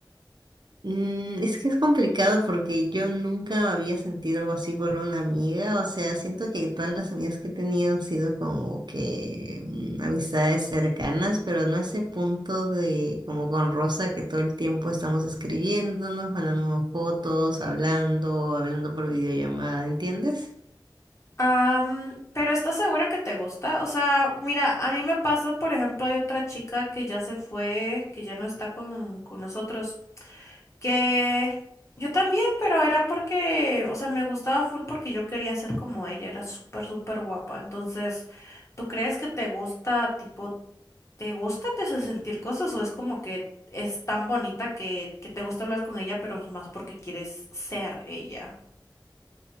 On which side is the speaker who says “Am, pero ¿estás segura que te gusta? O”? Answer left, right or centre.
Left